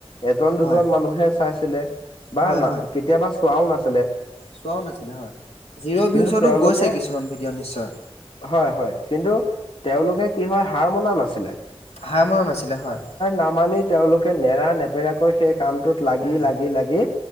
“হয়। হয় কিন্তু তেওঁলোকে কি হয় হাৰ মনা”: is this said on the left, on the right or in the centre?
Left